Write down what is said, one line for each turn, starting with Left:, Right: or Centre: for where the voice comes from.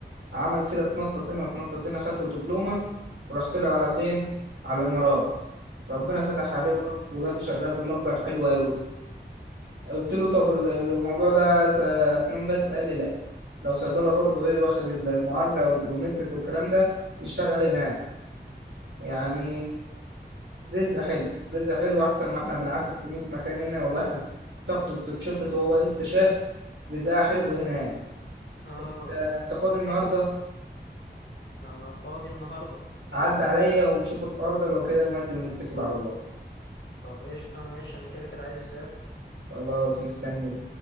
Right: عمل كده اتنطط هنا اتنطط هنا خد له دبلومه وراح طلع على فين على الامارات ربنا فتح عليه
Left: اه
Right: وك- ودلوقتي شغال بمبلغ حلو قوي قلت له طب ال- ال- الموضوع ده س- اسنان بس قال لي لا لو صيدله برضو ايه واخد المعادله والبلومتريك والكلام ده يشتغل هناك يعني رزق حلو رزق حلو احسن ما احنا بنعفف في 100 مكان هنا والواحد طاقته بتتشفط وهو لسه شاب رزقها حلو هناك
Left: اه
Right: انت أنت فاضي النهارده
Left: انا فاضي النهارده
Right: عدى عليا ونشوف الحوار ده لو كده نودي ونتكل على الله
Left: طب قشطه ماشي انا كده كده عايز اسافر
Right: خلاص مستني